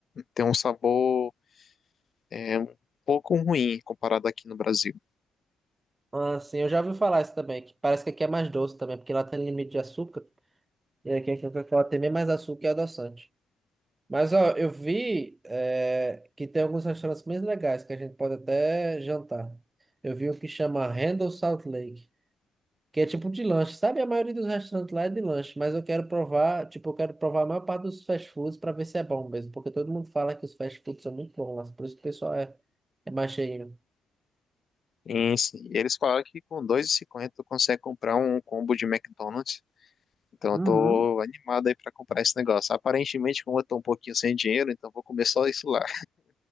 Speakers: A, on the left (about 45°); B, on the right (about 25°).
A: tem um sabor é, um pouco ruim comparado aqui no Brasil.
B: Ah, sim, eu já ouvi falar isso também, que parece que aqui é mais doce também, porque lá tem limite de açúcar, e aqui, aqui, aqui ela tem bem mais açúcar e adoçante. Mas, ó, eu vi eh, que tem alguns restaurantes bem legais, que a gente pode até jantar. Eu vi um que chama Randall Salt Lake, que é tipo de lanche, sabe? A maioria dos restaurantes lá é de lanche, mas eu quero provar, tipo, eu quero provar a maior parte dos fast foods para ver se é bom mesmo, porque todo mundo fala que os fast foods são muito bons lá, por isso que o pessoal é, é mais cheinho.
A: Sim, sim. E eles falaram que com 2,50 tu consegue comprar um combo de McDonald's. Então
B: Uhum.
A: eu tô animado aí pra comprar esse negócio. Aparentemente, como eu tô um pouquinho sem dinheiro, então eu vou comer só isso lá.